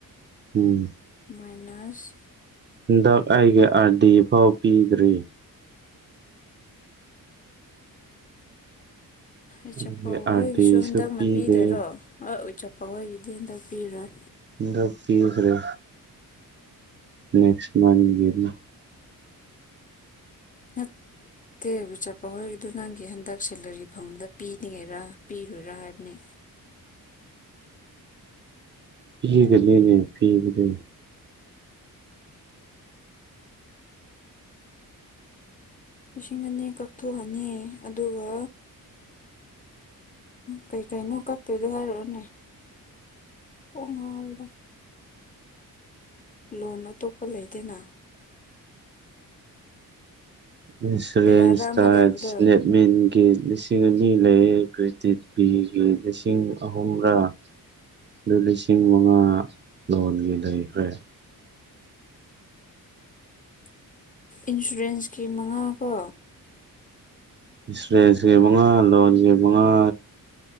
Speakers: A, on the right; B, on the left.
A: ꯎꯝ
B: ꯃꯥꯏꯅꯥꯁ
A: ꯍꯟꯗꯛ ꯑꯩꯒꯤ ꯑꯥꯔꯗꯤ ꯐꯥꯎ ꯄꯤꯗ꯭ꯔꯤ
B: ꯏꯆꯄꯧ
A: ꯑꯩꯒꯤ ꯑꯥꯔ
B: ꯍꯣꯏꯒꯤꯁꯨ
A: ꯗꯤꯁꯨ
B: ꯍꯟꯗꯛꯅ
A: ꯄꯤꯗꯦ
B: ꯄꯤꯗꯣꯏꯔꯣ <unintelligible> <unintelligible> ꯍꯟꯗꯛ ꯄꯤꯔꯣꯏ
A: ꯍꯟꯗꯛ ꯄꯤꯗꯔꯦ ꯅꯦꯛꯁ ꯃꯥꯟꯒꯤꯃꯨꯛ
B: ꯅꯠꯇꯦ ꯆꯥꯄꯥꯎꯍꯣꯏꯒꯤꯗꯣ ꯅꯪꯒꯤ ꯍꯟꯗꯛ ꯁꯦꯂꯔꯤ ꯐꯪꯕꯗ ꯄꯤꯅꯤꯡꯉꯔꯥ ꯄꯤꯔꯣꯏꯔꯥ ꯍꯥꯏꯕꯅꯤ
A: ꯄꯤꯒꯅꯤꯅꯦ ꯄꯤꯕꯗ
B: ꯂꯤꯁꯤꯡ ꯑꯅꯤ ꯀꯛꯊꯣꯛꯑꯅꯤ ꯑꯗꯨꯒ ꯀꯩꯀꯩꯅꯣ ꯀꯛꯇꯣꯏꯗꯣ ꯍꯥꯏꯔꯛꯑꯣꯅꯦ ꯀꯣꯛ ꯉꯥꯎꯔꯦꯗꯥ ꯂꯣꯟ ꯑꯇꯣꯞꯄ ꯂꯩꯇꯦꯅ
A: ꯏꯟꯁꯨꯔꯦꯟꯁ
B: ꯀꯌꯥꯔꯥ ꯑꯃ
A: ꯇꯥ
B: ꯂꯩꯕꯗꯣ
A: ꯁꯂꯦꯞꯃꯦꯟꯒꯤ ꯂꯤꯁꯤꯡ ꯑꯅꯤ ꯁꯤ ꯂꯩꯌꯦ ꯀ꯭ꯔꯤꯗꯤꯠ ꯕꯤꯒꯤ ꯂꯤꯁꯤꯡ ꯑꯍꯨꯝꯔꯥ ꯑꯗꯨ ꯂꯤꯁꯤꯡ ꯃꯉꯥ ꯂꯣꯟꯒꯤ ꯂꯩꯈ꯭ꯔꯦ
B: ꯏꯟꯁꯨꯔꯦꯟꯁꯀꯤ ꯃꯉꯥ ꯀꯣ
A: ꯏꯟꯁꯨꯔꯦꯟꯁ ꯀꯤ ꯃꯉꯥ ꯂꯣꯟꯒꯤ ꯃꯉꯥ